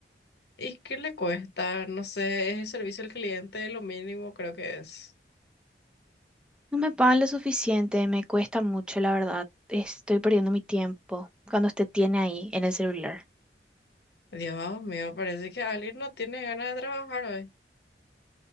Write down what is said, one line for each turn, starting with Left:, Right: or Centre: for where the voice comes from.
Left: ¿Y qué le cuesta? No sé, es el servicio al cliente, lo mínimo creo que es.
Centre: No me pagan lo suficiente. Me cuesta mucho, la verdad. Estoy perdiendo mi tiempo cuando usted tiene ahí en el celular.
Left: Dios mío, parece que alguien no tiene ganas de trabajar hoy.